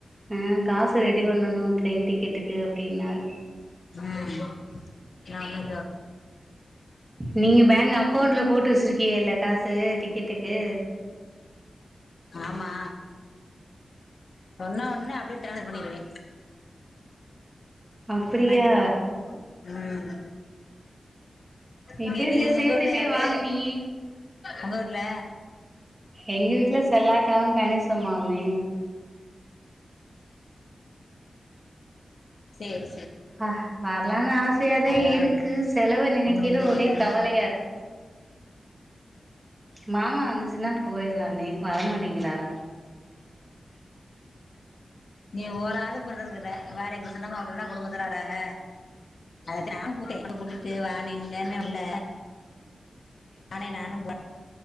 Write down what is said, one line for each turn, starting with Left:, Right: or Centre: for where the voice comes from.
Right: ஆ காசு ரெடி பண்ணணு ட்ரெயின் டிக்கெட்டுக்கு அப்டின்னாக
Left: ம் நாமைஞ்சா
Right: நீங்க பேங்கு அக்கோண்டுல போட்டு வச்சுருக்கீகல்ல காசு டிக்கெட்டுக்கு
Left: ஆமா சொன்னா ஒன்னே அப்டியே டானர் பண்ணிருவே
Right: அப்டியா
Left: பயந்துடுருவே ம்
Right: இப்ப
Left: இங்க
Right: இருந்தே
Left: நீங்க
Right: சேத்துட்டே
Left: ஒங்க ஊர்ல யாரு
Right: வாங்க நீ
Left: ஒங்க ஊர்ல
Right: எங்க வீட்ல செல்லாக்காவு கணேசம்மாவுந்தே
Left: சேர்
Right: ஹ வரலான் ஆசயாதே
Left: வேற
Right: இருக்கு செலவ நெனைக்கேல
Left: ஒன்னும் தெரியல
Right: ஒரே
Left: இன்னு
Right: கவலையா இருக் மாமா வந்துச்சுன்னா போயிறலாந்தே வரமாட்டிங்கிறாக
Left: நீ ஓராது பண்ணிருக்கிற பாரே எங்க சின்னம்மா <unintelligible> குடும்பத்துராறாங்க அதுக்கு நா கூட்டே வந்து கூட்டிட்டு வாணே இங்கன்னு இல்ல அண்ணே நானு போ